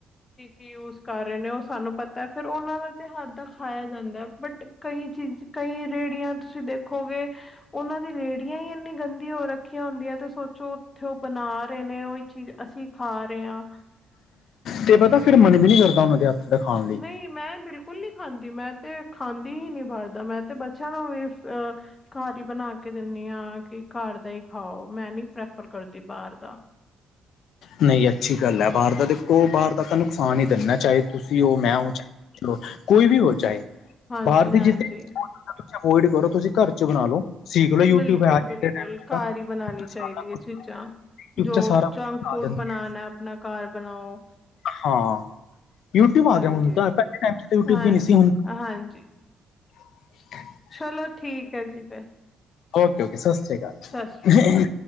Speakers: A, on the left; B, on the left.
A: ਕੀ-ਕੀ ਯੂਜ਼ ਕਰ ਰਹੇ ਨੇ ਓਹ ਸਾਨੂੰ ਪਤਾ ਐ ਫੇਰ ਓਹਨਾਂ ਦਾ ਤਾਂ ਹੱਥ ਦਾ ਖਾਇਆ ਜਾਂਦੈ। ਬਟ, ਕਈ ਚੀਜ਼ ਕਈ ਰੇਹੜੀਆਂ ਤੁਸੀਂ ਦੇਖੋ ਦੇਖੋਗੇ ਉਹਨਾਂ ਦੀ ਰੇਹੜੀਆਂ ਹੀ ਇੰਨੀ ਗੰਦੀ ਹੋ ਰੱਖੀਆਂ ਹੁੰਦੀਆਂ ਤੇ ਸੋਚੋ ਓਥੇ ਓਹ ਬਣਾ ਰਹੇ ਨੇ ਓਹੀ ਚੀਜ਼ ਅਸੀਂ ਖਾ ਰਏ ਆਂ।
B: ਤੇ ਪਤਾ ਫਿਰ ਮਨ ਵੀ ਨੀ ਕਰਦਾ ਉਹਨਾਂ ਦੇ ਹੱਥ ਦਾ ਖਾਨ ਲਈ।
A: ਨਈ, ਮੈਂ ਬਿਲਕੁਲ ਨੀ ਖਾਂਦੀ ਮੈਂ ਤੇ ਖਾਂਦੀ ਹੀ ਨਹੀਂ ਬਾਹਰ ਦਾ। ਮੈਂ ਤੇ ਬੱਚਿਆਂ ਨੂੰ ਵੀ ਇਸ ਆਪ ਹੀ ਬਣਾ ਕੇ ਦੇਨੀ ਆਂ ਕਿ ਘਰ ਦਾ ਹੀ ਖਾਓ। ਮੈਂ ਨੀ ਪ੍ਰੈਫਰ ਕਰਦੀ ਬਾਹਰ ਦਾ।
B: ਨਹੀਂ ਅੱਛੀ ਗੱਲ ਹੈ ਬਾਹਰ ਦਾ ਦੇਖੋ ਬਾਹਰ ਦਾ ਤਾਂ ਨੁਕਸਾਨ ਹੀ ਦਿੰਦਾ। ਚਾਹੇ ਤੁਸੀਂ ਹੋ, ਮੈਂ ਹਾਂ ਚਾਹੇ ਕੋਈ ਵੀ ਹੋ ਚਾਹੇ।
A: ਹਾਂਜੀ
B: ਬਾਹਰ ਦੀ
A: ਹਾਂਜੀ
B: ਚੀਜ਼ਾਂ <unintelligible> ਅਵੋਇਡ ਕਰੋ। ਤੁਸੀਂ ਘਰ 'ਚ ਬਨਾ ਲਓ, ਸੀਖ ਲੋ ਯੂਟਿਊਬ
A: ਬਿਲਕੁਲ
B: ਹੈ ਅੱਜ
A: ਬਿਲਕੁਲ
B: ਦੇ ਟੈਮ ਚ
A: ਘਰ
B: ਤਾਂ
A: ਹੀ ਬਣਾਉਣੀ
B: <unintelligible>
A: ਚਾਹੀਦੀ ਹੈ ਚੀਜ਼ਾਂ ਜੋ
B: ਸਾਰਾ
A: ਜੰਕ
B: ਕੁਝ ਬਣਾ
A: ਫੂਡ
B: ਦਿੰਦੇ
A: ਬਨਾਨੈ, ਆਪਨਾ ਘਰ ਬਨਾਓ।
B: ਹਾਂ, ਯੂਟਿਊਬ ਆ
A: ਹਾਂਜੀ
B: ਗਿਆ ਹੁਨ ਤਾਂ ਪਹਿਲੇ ਟੈਮ 'ਚ ਤੇ ਯੂਟਿਊਬ
A: ਹਾਂਜੀ
B: ਵੀ ਨਹੀਂ ਸੀ। ਹੁਨ
A: ਹਾਂਜੀ
B: <inaudible>
A: ਚਲੋ ਠੀਕ ਹੈ ਜੀ ਫਿਰ
B: ਓਕੇ ਉਕੇ, ਸਤਿ ਸ਼੍ਰੀ ਅਕਾਲ।
A: ਸਤਿ ਸ਼੍ਰੀ